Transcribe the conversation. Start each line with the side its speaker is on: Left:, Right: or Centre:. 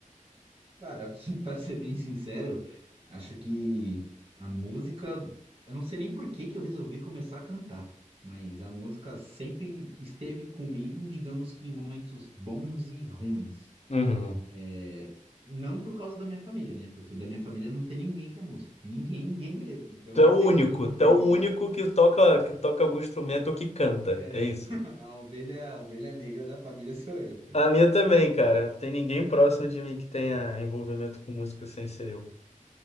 Right: Cara, <laughs> pra ser bem sincero, acho que a música, eu não sei nem por que que eu resolvi começar a cantar, mas a música sempre esteve comigo, digamos que em momentos bons e ruins.
Left: Uhum.
Right: É, Não por causa da minha família, né? Porque da minha família não tem ninguém que é músico. Ninguém, ninguém mesmo. Então
Left: Tu
Right: eu não
Left: é o
Right: sei
Left: único,
Right: de onde
Left: tu
Right: veio
Left: é o único que toca, que toca algum instrumento ou que canta,
Right: É,
Left: é isso.
Right: <laughs> a ovelha, a ovelha negra da família sou eu.
Left: A minha também, cara. Não tem ninguém próximo de mim que tenha envolvimento com música sem ser eu.